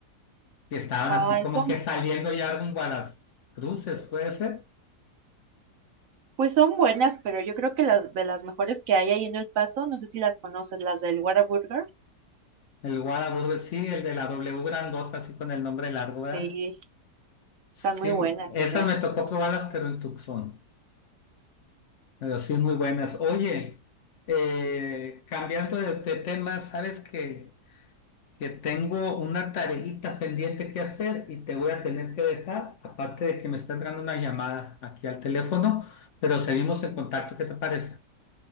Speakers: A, on the left; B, on the right.
A: que estaban
B: Ay,
A: así como
B: son,
A: que saliendo ya rumbo a las cruces, puede ser.
B: pues son buenas, pero yo creo que las de las mejores que hay ahí en El Paso, no sé si las conoces, las del Whataburger,
A: El Whataburger, sí, el de la W grandota, así con el nombre largo,
B: sí,
A: ¿verdad? Sí,
B: están muy buenas
A: esas
B: esas.
A: me tocó probarlas, pero en Tucson. Pero sí, muy buenas. Oye, eh, cambiando de, de tema, ¿sabes qué? que tengo una tarejita pendiente que hacer y te voy a tener que dejar, aparte de que me está entrando una llamada aquí al teléfono, pero seguimos en contacto, ¿qué te parece?